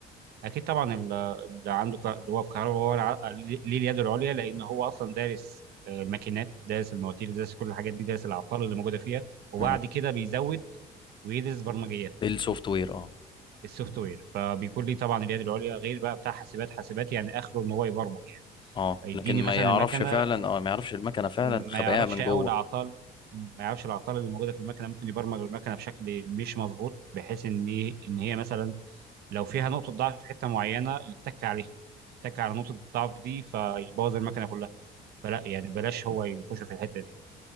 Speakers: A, on the right; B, on the left.
A: اكيد طبعا ال- اللي عنده ك- اللي هو في كهرباء هو الع- ليه ليه اليد العليا لان هو اصلا دارس آه، الماكينات دارس المواتير دارس كل الحاجات دي دارس العطال اللي موجوده فيها وبعد
B: مم.
A: كده بيزود ويدرس برمجيات
B: السوفت وير اه
A: السوفت وير فبيكون ليه طبعا اليد العليا غير بقى بتاع حاسبات حاسبات يعني اخره ان هو يبرمج يعني
B: اه
A: يديني
B: لكن ما
A: مثلا
B: يعرفش
A: المكنه
B: فعلا اه ما يعرفش المكنه فعلا
A: ما
B: خباياها
A: يعرفش
B: من
A: قوي
B: جوه
A: الاعطال ما يعرفش الاعطال اللي موجوده في المكنه ممكن يبرمج المكنه بشكل مش مظبوط بحيث ان ان هي مثلا لو فيها نقطه ضعف في حته معينه يتك عليها يتك على نقطه الضعف دي فيبوظ المكنه كلها فلا يعني بلاش هو يخش في الحته دي